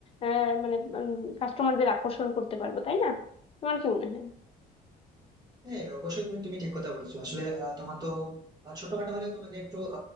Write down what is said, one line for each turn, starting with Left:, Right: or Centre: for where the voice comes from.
Left: আহ মানে কাস্টমারদের আকর্ষণ করতে পারবো তাই না তোমার কি মনে হয়
Right: হ্যাঁ অবশ্যই তুমি তুমি ঠিক কথা বলেছো আসলে আহ, তোমার তো আহ, ছোটখাটো হলেও তোমাকে একটু